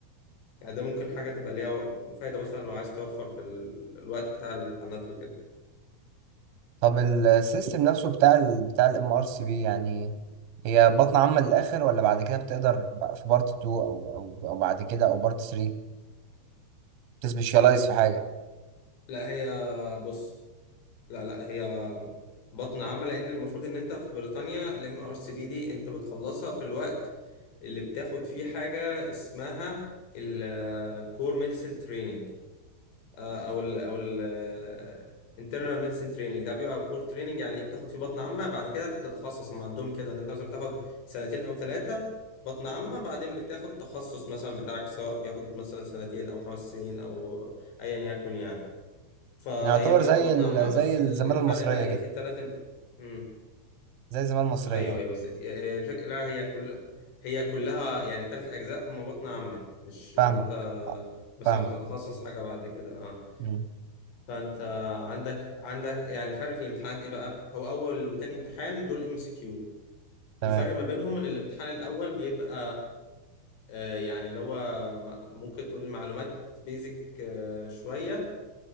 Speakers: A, on the left; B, on the right.
A: يعني ده ممكن حاجه تبقى ليها فايده مثلا لو عايز توفر في ال... الوقت بتاع الامتحانات وكده
B: طب السيستم نفسه بتاع ال بتاع الام ار سي بي يعني هي بطن عامه للاخر ولا بعد كده بتقدر بقى في بارت 2 او او او بعد كده او بارت 3 تسبيشالايز في حاجه
A: لا هي بص لا لا هي بطن عامة لأن المفروض إن أنت في بريطانيا ال MRCP دي أنت بتخلصها في الوقت اللي بتاخد فيه حاجة اسمها ال Core Medicine Training آه، أو ال أو ال آه، Internal Medicine Training ده بيبقى Core Training يعني إيه بتاخد فيه بطن عامة بعد كده بتتخصص هم عندهم كده إن أنت مثلا بتاخد سنتين أو ثلاثة بطن عامة بعدين بتاخد تخصص مثلا بتاعك سواء بياخد مثلا سنتين أو خمس سنين أو أيا يكن يعني فهي
B: يعني يعتبر
A: بتبقى
B: زي
A: بطن
B: ال
A: عامة بس
B: زي الزماله
A: ال- الفرق
B: المصريه
A: بقى ايه
B: كده
A: في التلات امم
B: زي الزماله المصريه
A: ايوه
B: يعني
A: ايوه بس آه، الفكرة لا، هي كل هي كلها يعني التلات اجزاء هما بطن عامة مش
B: فاهمك
A: ان انت
B: آه،
A: مثلا
B: فاهمك
A: بتتخصص حاجة بعد كده اه
B: مم.
A: فانت عندك عندك يعني الفرق في الامتحانات ايه بقى هو اول وتاني امتحان دول ام سي كيو
B: تمام
A: الفرق ما بينهم ان الامتحان الاول بيبقى آه، يعني اللي هو م- ممكن تقول معلومات بيزك شوية